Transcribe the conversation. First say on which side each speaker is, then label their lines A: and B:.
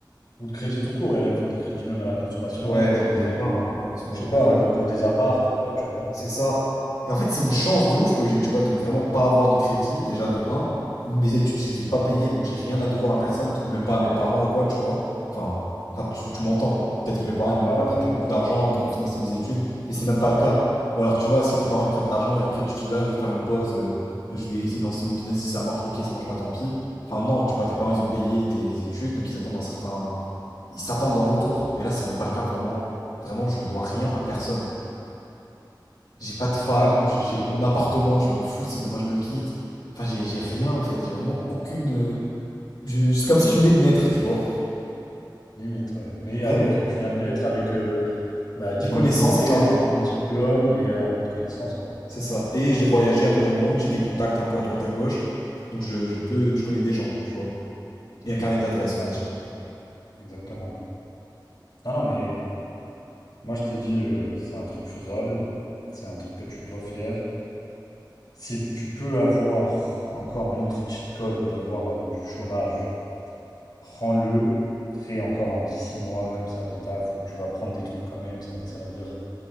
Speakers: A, on the left; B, on the left.
A: Ou de crédit tout court, il y en a qui font des crédits même à la consommation,
B: Ouais,
A: ou pour
B: j'en connais
A: des,
B: plein, hein, malheureusement.
A: Je sais pas,
B: Ouais,
A: ou même pour des apparts ou quoi, tu vois.
B: C'est ça. Et en fait, c'est une chance de ouf que j'ai, tu vois, de ne vraiment pas avoir de crédit, déjà de un. Mes études, je les ai pas payées, donc j'ai rien à devoir à personne, même pas à mes parents ou quoi, tu vois. Enfin, enfin tu, tu m'entends. Peut-être que mes parents, ils m'auraient
A: Ouais, ouais,
B: prêté beaucoup
A: ouais.
B: d'argent
A: Je-
B: pour financer mes études, mais c'est même pas le cas. Ou alors, tu vois, si tes parents, ils te prêtent de l'argent et après, tu te dis, bah, je vais faire une pause, euh, je vais essayer de lancer mon business, si ça marche, ok, ça marche pas, tant pis. Enfin, non, tu vois, tes parents, ils ont payé tes études, donc ils attendent un certain. Ils s'attendent d'un retour. Mais là, c'est même pas le cas pour moi. Vraiment, je dois rien à personne. J'ai pas de femme,
A: Moi, je te
B: j'ai
A: dis
B: j'ai mon
A: euh,
B: appartement, je m'en fous si demain je le quitte. Enfin, j'ai j'ai rien en fait, j'ai vraiment aucune. euh, je- C'est comme si je venais de naître, tu vois.
A: limite, ouais. Mais
B: Vraiment.
A: avec, tu viens de l'être avec euh, bah, dix
B: Des connaissances
A: mille euros de côté,
B: et de l'argent,
A: un un diplôme et un peu de connaissances, quoi.
B: c'est ça. Et j'ai voyagé un peu dans le monde, j'ai des contacts un peu à droite à gauche, donc je, je peux, je connais des gens, tu vois. Et un carnet d'adresses, on
A: Ah,
B: va dire.
A: exactement. Non, non, mais moi, je t'ai dit, euh, c'est un truc faisable, c'est un truc que tu dois faire. Si tu peux avoir encore un autre cheat code d'avoir euh, du chômage, prends-le, fais encore un petit 6 mois comme ça de taf où tu vas prendre des trucs quand même, ça va te servir.